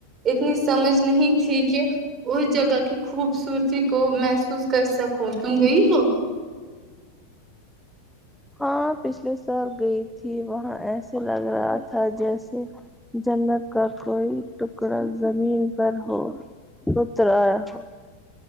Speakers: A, on the right; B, in the centre.
A: اتنی سمجھ نہیں تھی کہ اس جگہ کی خوبصورتی کو محسوس کرسکوں تم گئی ہو
B: ہاں پچھلے سال گئی تھی وہاں ایسے لگ رہا تھا جیسے جنت کا کوئی ٹکڑا زمین پر ہو اتر آیا ہو